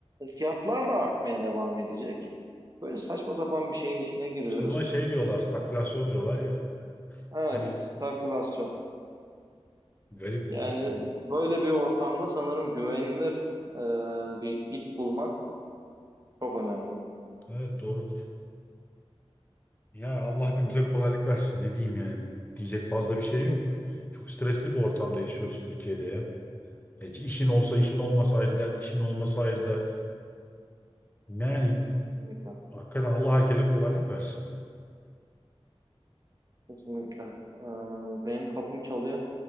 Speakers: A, on the right; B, on the left.
A: fiyatlar da artmaya devam edecek. Böyle saçma sapan bir şeyin içine giriyoruz.
B: İşte buna şey diyorlar stagflasyon diyorlar ya.
A: Evet,
B: Hani
A: stagflasyon.
B: garip
A: Yani
B: bir durum.
A: böyle bir ortamda sanırım güvenilir e, bir iş bulmak çok önemli.
B: Evet doğrudur. Ya Allah hepimize kolaylık versin ne diyeyim yani. Diyecek fazla bir şey yok. Çok stresli bir ortamda yaşıyoruz Türkiye'de ya. Hiç işin olsa işin olmasa ayrı dert, işin olmasa ayrı dert. Yani
A: Kesinlikle.
B: Hakikaten Allah herkese kolaylık versin.
A: Kesinlikle. E, benim kapım çalıyor.